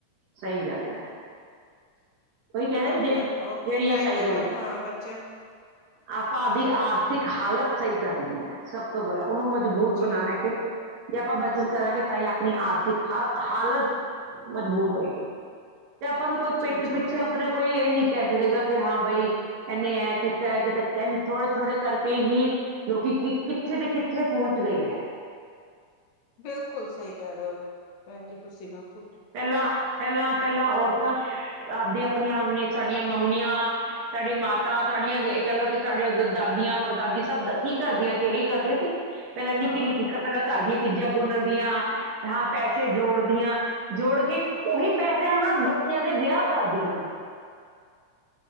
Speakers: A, on the right; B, on the left.
A: ਸਈ ਗੱਲ ਐ। ਓਹੀ ਕਹਿੰਦੇ ਆ
B: ਆਪਣਾ
A: ਨਾ ਜੇ ਜਿਹੜੀ
B: ਆਪਣੇ
A: ਆ
B: ਟਾਈਮ
A: ਸਹੀ
B: ਦੇ
A: ਗੱਲ ਐ।
B: ਹਾਂ ਬੱਚੇ
A: ਆਪਾਂ ਆਪਦੀ ਆਰਥਿਕ ਹਾਲਤ ਸਈ ਕਰਨੀ ਐ ਸਭ ਤੋਂ ਪਹਿਲਾਂ ਉਹਨੂੰ ਮਜ਼ਬੂਤ
B: ਜੀ
A: ਬਣਾਣਾ ਕਿ ਜੇ ਆਪਾਂ ਬਚਤ ਕਰਾਂਗੇ ਤਾਂ ਹੀ ਆਪਣੀ ਆਰਥਿਕ ਹਰ ਹਾਲਤ ਮਜ਼ਬੂਤ ਹੋਏਗੀ। ਤੇ ਆਪਾਂ ਨੂੰ ਕੋਈ
B: ਜੀ
A: ਪਿੱਠ
B: ਜੀ
A: ਪਿੱਛੇ
B: ਜੀ
A: ਆਪਣੇ ਕੋਈ ਏ ਨੀ ਕਹਿ ਸਕੇਗਾ ਕਿ ਹਾਂ ਬਈ ਏਨੇ ਐ ਕੀਤਾ ਇਹਨੇ ਥੋੜੇ-ਥੋੜੇ ਕਰਕੇ ਹੀ ਲੋਕੀ ਕਿੱਥੇ ਤੇ ਕਿੱਥੇ ਪਹੁੰਚ ਗਏ ਹੈ।
B: ਬਿਲਕੁਲ ਸਹੀ ਕਹਿ ਰਹੇ ਹੋ ਭੈਣ ਜੀ ਤੁਸੀਂ ਤਾਂ
A: ਪਹਿਲਾਂ ਪਹਿਲਾਂ-ਪਹਿਲਾਂ ਔਰਤਾਂ ਆਪਦੀ ਆਪਣੀਆਂ ਹਮਣੇ ਸਾਡੀਆਂ ਮੰਮੀਆਂ ਸਾਡੇ ਮਾਤਾ ਸਾਡੀਆਂ ਇਹ ਕਹਿ ਲਓ ਕਿ ਸਾਡੇ ਉਦੋਂ ਦਾਦੀਆਂ ਪੜਦਾਦੀ ਸਭ ਕੀ ਕਰਦੀਆਂ ਸੀ ਇਹੀ ਕਰਦੀਆਂ ਸੀ ਪਹਿਲਾਂ ਨਿੱਕੀ-ਨਿੱਕੀ
B: ਹਾਂ
A: ਪਹਿਲਾਂ
B: ਉਹ
A: ਘਰ ਦੀਆਂ ਚੀਜ਼ਾਂ ਬੁੰਨਣ ਦੀਆਂ ਹਾਂ ਪੈਸੇ ਜੋੜਦੀਆਂ ਜੋੜ ਕੇ ਉਹੀ ਪੈਸਿਆਂ ਨਾ ਬੱਚਿਆਂ ਦੇ ਵਿਆਹ ਕਰਦੀਆਂ